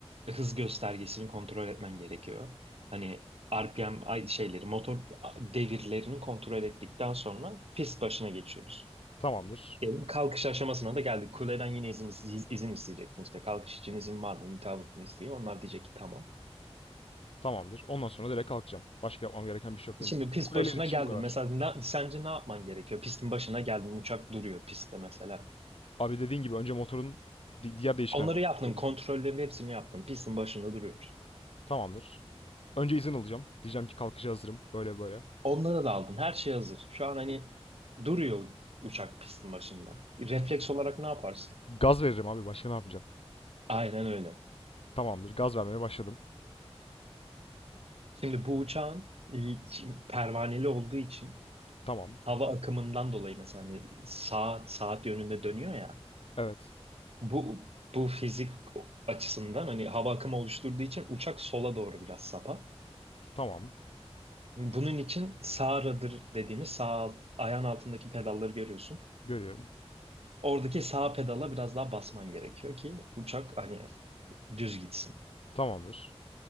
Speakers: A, on the right; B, on the left.
A: hız göstergesini kontrol etmen gerekiyor. Hani RPM ay- şeyleri, motor devirlerini kontrol ettikten sonra pist başına geçiyoruz.
B: Tamamdır.
A: Diyelim kalkış aşamasına da geldik. Kuleden yine izin, iz- izin isteyeceksin. İşte kalkış için izin var mı, mutabık mıyız diye. Onlar diyecek ki tamam.
B: Tamamdır. Ondan sonra direkt kalkacağım. Başka yapmam gereken bir şey yok değil mi?
A: Şimdi
B: Kule-
A: pist
B: Kuleyle
A: başına
B: iletişim
A: geldin.
B: bu kadar.
A: Mesela ne- sence ne yapman gerekiyor? Pistin başına geldin. Uçak duruyor pistte mesela.
B: Abi dediğin gibi önce motorun di- diğer değişkenlerini
A: Onları yaptın.
B: kontrol edeceğim.
A: Kontrollerin hepsini yaptın. Pistin başında duruyor.
B: Tamamdır. Önce izin alacağım. Diyeceğim ki kalkışa hazırım. Böyle böyle.
A: Onları da aldın. Her şey hazır. Şu an hani duruyor uçak pistin başında. Refleks olarak ne yaparsın?
B: Gaz veririm abi. Başka ne yapacağım?
A: Aynen öyle.
B: Tamamdır. Gaz vermeye başladım.
A: Şimdi bu uçağın pervaneli olduğu için
B: Tamam.
A: hava akımından dolayı mesela hani saat saat yönünde dönüyor ya.
B: Evet.
A: Bu bu fizik açısından hani hava akımı oluşturduğu için uçak sola doğru biraz sapar.
B: Tamam.
A: Bunun için sağ rudder dediğimiz sağ alt- ayağın altındaki pedalları görüyorsun.
B: Görüyorum.
A: Oradaki sağ pedala biraz daha basman gerekiyor ki uçak hani düz gitsin.
B: Tamamdır.